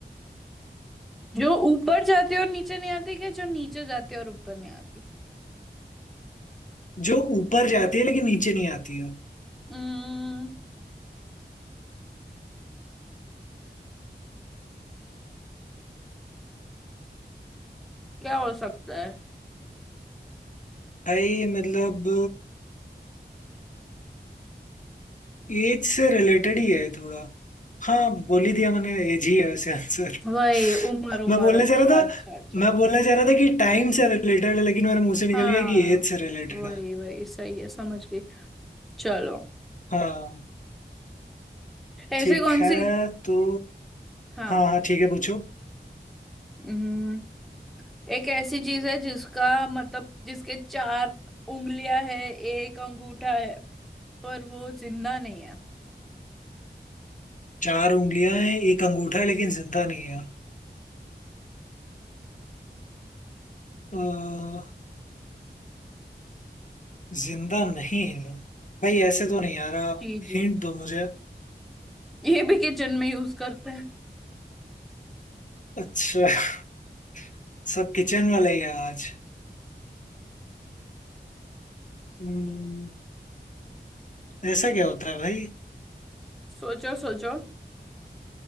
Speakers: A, in the centre; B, on the left.
A: जो ऊपर जाती है और नीचे नहीं आती कि जो नीचे जाती है और ऊपर नहीं आती
B: जो ऊपर जाती है लेकिन नीचे नहीं आती है
A: हम्म क्या हो सकता है
B: भाई मतलब एज से रिलेटेड ही है थोड़ा हाँ बोल ही दिया मैंने एज ही है वैसे आंसर
A: वही उम्र उम्र
B: मैं बोलने
A: अच्छा
B: चाह रहा
A: अच्छा
B: था
A: अच्छा
B: मैं बोलना चाह रहा था कि टाइम से रिलेटेड है लेकिन मेरे मुंह से निकल
A: हाँ
B: गया कि एज से रिलेटेड
A: वही
B: है
A: वही सही है समझ गई चलो
B: हाँ
A: ऐसी
B: ठीक
A: कौन
B: है
A: सी
B: तो
A: हाँ
B: हाँ हाँ ठीक है पूछो
A: हम्म, एक ऐसी चीज है जिसका मतलब जिसके चार उंगलियां है एक अंगूठा है पर वो जिंदा नहीं है
B: चार उंगलियां हैं एक अंगूठा है लेकिन जिंदा नहीं है अ, जिंदा नहीं है भाई ऐसे तो नहीं यार आप
A: जी जी
B: हिंट दो मुझे
A: ये भी किचन में यूज करते हैं
B: अच्छा <laughs> सब किचन वाला ही है आज हम्म, ऐसा क्या होता है भाई
A: सोचो सोचो